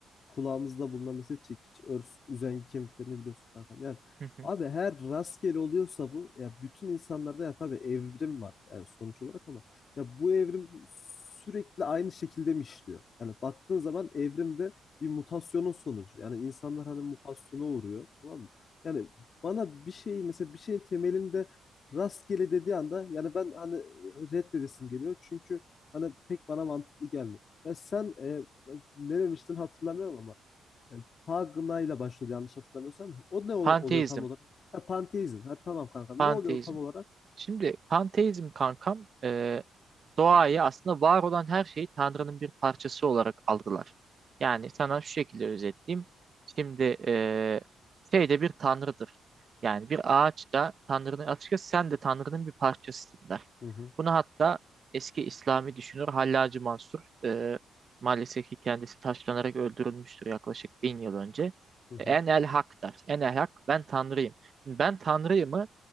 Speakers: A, on the left; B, on the right.
A: kulağımızda bulunan mesela çekiç, örs, üzengi kemiklerini biliyorsun kankam. Yani
B: <laughs>
A: abi her rastgele oluyorsa bu ya bütün insanlarda ya tabii evrim var yani sonuç olarak ama ya bu evrim sürekli aynı şekilde mi işliyor? Yani baktığın zaman evrimde bir mutasyonun sonucu. Yani insanlar hani mutasyona uğruyor tamam mı? Yani bana bir şey mesela bir şeyin temelinde rastgele dediği anda yani ben hani reddedesim geliyor. Çünkü hani pek bana mantıklı gelmiyor. Ya sen e, e, ne demiştin hatırlamıyorum ama e, Pagna ile başlıyor yanlış hatırlamıyorsam. O ne ol-
B: Panteizm,
A: oluyor tam olarak? Ha, panteizm. Ha, tamam kankam.
B: panteizm.
A: Ne oluyor tam olarak?
B: Şimdi panteizm kankam e, doğayı aslında var olan her şeyi Tanrı'nın bir parçası olarak algılar. Yani sana şu şekilde özetleyeyim. Şimdi eee şey de bir Tanrı'dır. Yani bir ağaç da Tanrı'nın açıkçası sen de Tanrı'nın bir parçasısın der.
A: Hı hı,
B: Bunu hatta eski İslami düşünür Hallacı Mansur eee, maalesef ki kendisi taşlanarak öldürülmüştür yaklaşık bin yıl önce.
A: hı hı,
B: En el hak der. En el hak ben Tanrıyım. Şimdi Ben Tanrıyım'ı